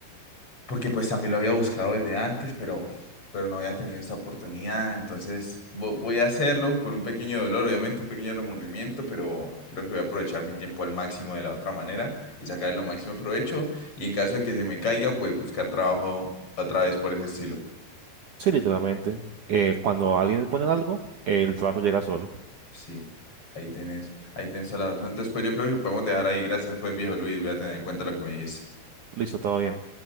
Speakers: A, on the left; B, on the right.
A: porque pues también lo había buscado desde antes, pero, pero no había tenido esa oportunidad. Entonces vo- voy a hacerlo con un pequeño dolor, obviamente, un pequeño remordimiento, pero creo que voy a aprovechar mi tiempo al máximo de la otra manera y sacar lo máximo provecho. Y en caso de que se me caiga, pues buscar trabajo otra vez por ese estilo.
B: Sí, literalmente. Eh, cuando alguien pone algo, el trabajo llega solo.
A: Sí. Ahí tenés, ahí tenés toda la razón. Entonces, pues yo creo que podemos dejar ahí. Gracias, pues, viejo Luis. Voy a tener en cuenta lo que me dijiste.
B: Listo, todo bien.